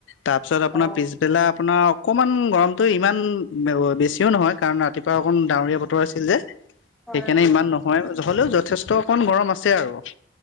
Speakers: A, on the left; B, in the centre.
A: তাৰপিছত আপোনাৰ
B: অ
A: পিছবেলা আপোনা- অকমান গৰমটো ইমান বেছিও নহয়, কাৰণ ৰাতিপুৱা অকন ডাৱৰীয়া বতৰ আছিল যে।
B: হয়
A: সেইকাণে
B: হয়
A: ইমান নহয়, হ'লেও যথেষ্ট কন গৰম আছে আৰু।